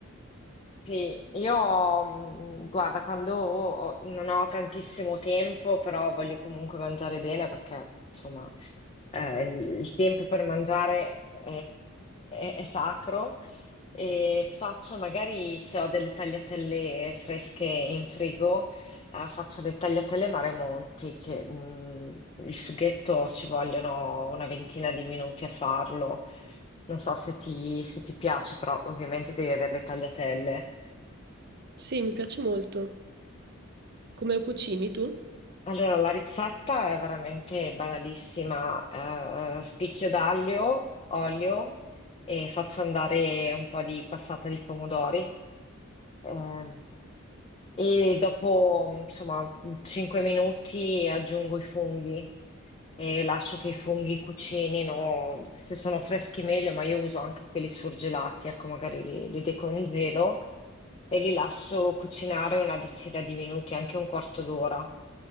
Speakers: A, on the left; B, on the right.
A: Sì, io, mh, guarda, quando ho- ho- non ho tantissimo tempo, però voglio comunque mangiare bene perché, insomma, eh, il il tempo per mangiare è, è- è sacro e faccio magari, se ho delle tagliatelle fresche in frigo, eh, faccio le tagliatelle Maremonti, che, mh, il sughetto ci vogliono una ventina di minuti a farlo. Non so se ti, se ti piace, però ovviamente devi avere le tagliatelle.
B: Sì, mi piace molto. Come la cucini tu?
A: Allora, la ricetta è veramente banalissima, eh, spicchio d'aglio, olio e faccio andare un po' di passata di pomodori. Ehm, e dopo, insomma, 5 minuti aggiungo i funghi e lascio che i funghi cucinino. Se sono freschi meglio, ma io uso anche quelli surgelati, ecco, magari li, li decongelo e li lascio cucinare una decina di minuti, anche un quarto d'ora.